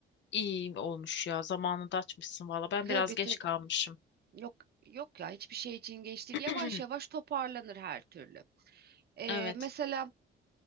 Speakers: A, on the left (about 65°); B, on the right (about 55°).
A: İyi olmuş ya. Zamanında açmışsın valla. Ben
B: Tabii
A: biraz geç
B: tabii.
A: kalmışım.
B: Yok yok ya hiçbir şey için geç değil.
A: <clears throat>
B: Yavaş yavaş toparlanır her türlü. Ee,
A: Evet.
B: mesela